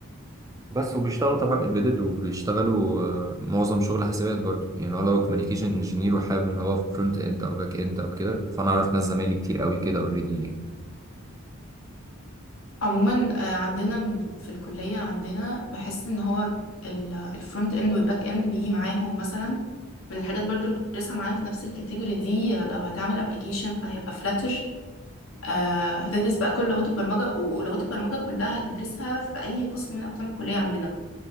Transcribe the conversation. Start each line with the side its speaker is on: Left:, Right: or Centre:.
Right: بس وبيشتغلوا طبعا امبيدد وبيشتغلوا آه، معظم شغل حسابات برضو يعني هو لو كوميونيكيشن انجينير وحابب ان هو فرونت اند او باك اند او كده فانا اعرف ناس زمايلي كتير قوي كده اوريدي يعني
Left: عموما آه، عندنا من- في الكلية عندنا بحس ان هو الفرونت اند والباك اند بيجي معاهم مثلا من الحاجات برضو اللي بتدرسها معاهم في نفس الكاتيجوري دي آه، لو هتعمل ابلكيشن فهيبقى فلاتر آه هتدرس بقى كل لغات البرمجة ولغات البرمجة كلها هتدرسها في أي قسم من أقسام الكلية عندنا